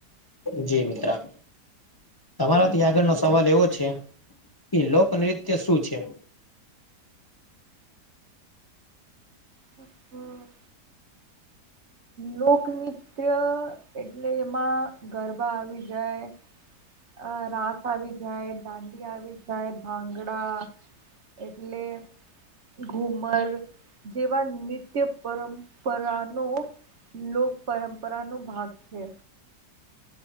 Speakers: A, on the left (about 20°); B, on the right (about 50°).
A: જી મિતિત્રા. તમારાથી આગળનો સવાલ એવો છે કે, લોકનૃત્ય શું છે?
B: હ, હમ. લોકનૃત્ય એટલે એમાં ગરબા આવી જાય. અ રાસ આવી જાય, દાંડી આવી જાય, ભાંગડા. એટલે ઘુમર જેવા નિત્ય પરંપરાનો લોક પરંપરા નો ભાગ છે.